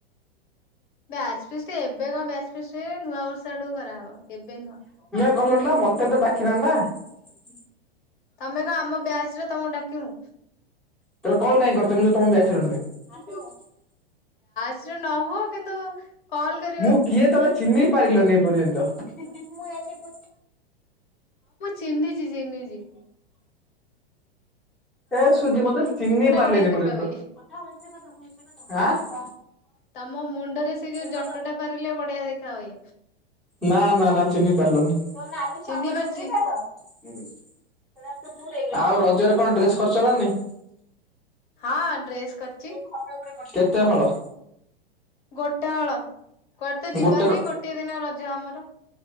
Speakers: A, on the left; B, in the centre.
A: ବ୍ୟାଜ ଫିସ୍ ଟ, ଏବେ କଣ ବ୍ୟାଜ ଫିସ୍ <unintelligible> ନୂଆ ବର୍ଷ ଆଡୁ କରାହବ। ଏବେ ନୁହଁ।
B: କ <unintelligible> <unintelligible> ନା
A: ତମେ କ ଆମ ବ୍ୟାଚ ରେ, ତମକୁ ଡାକିବୁ?
B: <unintelligible> ତମେ <unintelligible> ନୁହେଁ।
A: <unintelligible> ନ, ହୁଅ କିନ୍ତୁ, କଲ କରି
B: ମୁଁ କିଏ, ତମେ ଚିହ୍ନି ପାରିଲନି? <unintelligible> ନ୍ତ ମୁଁ ଏଲି <inaudible>
A: ଚିହ୍ନିଚି ଚିହ୍ନଚି
B: ଏ ସୁଜି, ମତେ ଚିହ୍ନି ପାରିଲେନି
A: ବଢିଆ ଦେଖା
B: ପର୍ଯ୍ୟନ୍ତ
A: ହୁଏ।
B: <unintelligible> କଣ
A: ତମ ମୁଣ୍ଡରେ ସେଇ ଯୋଉ
B: <unintelligible>
A: ଜଟ ଟା ପାରିଲେ ବଢିଆ ଦେଖା ହୁଏ।
B: ନା, ନା, ନା ଚିନ୍ହି ପାରିଲନି <unintelligible>
A: ଚିହ୍ନି ପାରୁଛି
B: <inaudible> ଆଉ ରଜରେ କଣ ଡ୍ରେସ କରୁଚ ନା ନାଇଁ
A: ହଁ ଡ୍ରେସ କରିଛି
B: କେତେ ହଳ?
A: ଗୋଟେ ହଳ। କୁଆଡେ ତ ଯିବାର
B: ଗୋଟେରୁ
A: ନାଇଁ। ଗୋଟିଏ ଦିନ ରଜ ଆମର।